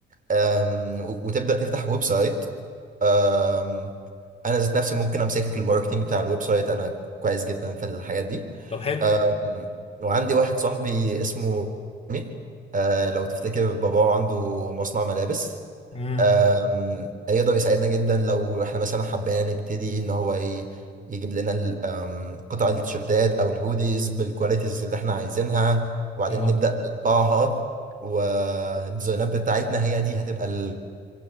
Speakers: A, on the right; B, on the left.
A: أم، و- وتبدا تفتح ويب سايت أم، انا ذات نفسي ممكن امسك لك الماركتنج بتاع الويب سايت انا كويس جدا في الحاجات دي
B: طب حلو
A: آم، وعندي واحد صاحبي اسمه مي آه، لو تفتكر باباه عنده مصنع ملابس
B: امم
A: آم، هيقدر يساعدنا جدا لو احنا مثلا حبينا نبتدي ان هو ي- يجيب لنا ال- آم، قطع التيشيرتات او الهوديز بالكواليتيز اللي احنا عايزينها وبعدين
B: تمام
A: نبدأ نطبعها والديزاينات بتاعتنا هي دي هتبقى ال-